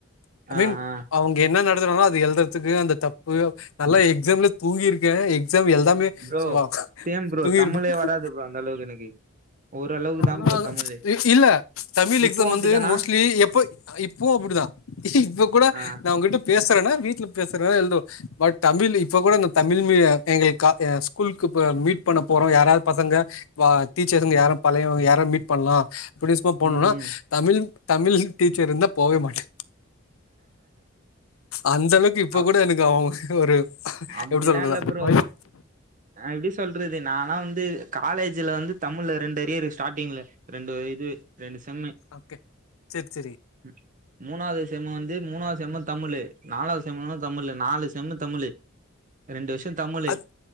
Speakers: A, on the left; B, on the right.
A: ஐ
B: ஆ
A: மீன்
B: ஆ
A: அவுங்க என்ன நடத்தறாங்ளோ அத எழ்தர்றதுக்கு அந்த தப்பு நா எல்லா எக்ஸாம்ல தூங்கிருக்க எக்ஸ்சாம் எழுதாமயே
B: ப்ரோ
A: சும்மா
B: சேம் ப்ரோ
A: தூங்கிட்டிருப்ப
B: தமிழே வராது ப்ரோ அந்த அளவுக்கு எனக்கு ஓரளவுக்கு தா
A: நா
B: ப்ரோ
A: எல்லா
B: தமிழு
A: இல்ல தமிழ்
B: இப்பவு
A: எக்ஸாம்
B: அப்டிதானா
A: வந்து மோஸ்ட்லி எப்ப இப்பவு அப்டிதா இப்ப கூட
B: ஆ
A: நான் உன்கிட்ட பேசறனா வீட்ல பேசறனால எழுது பட் தமிழ் இப்ப கூட நா தமிழ் மீ எங்களுக்கு கா ஸ்கூலுக்கு மீட் பண்ண போறோ யாரா பசங்க டீச்சர்ஸ்ங்க யாரு பழையவங்க யாரு மீட் பண்லா அப்டின்னு சும்மா போணுனா
B: ம் ம்
A: தமிழ் தமிழ் டீச்சர் இருந்தா போவே மாட்ட அந்த அளவுக்கு இப்ப
B: அப்
A: கூட எனக்கு அவுங்க ஒரு
B: அப்டிலா
A: எப்டி சொல்றது
B: இல்ல ப்ரோ
A: பயோ
B: எப்டி சொல்றது நானெல்லா வந்து காலேஜ்ல வந்து தமிழ்ல ரெண்டு அரியர் ஸ்டார்டிங்ல ரெண்டு இது ரெண்டு செம்மு
A: ஓகே சேர் சேரி
B: ம் மூணாவது செம்மு வந்து மூணாவது செம்மு தமிழு நாலாவது செம்மும் தமிழ் நாலு செம்மு தமிழு ரெண்டு வருஷோ தமிழ்
A: அத்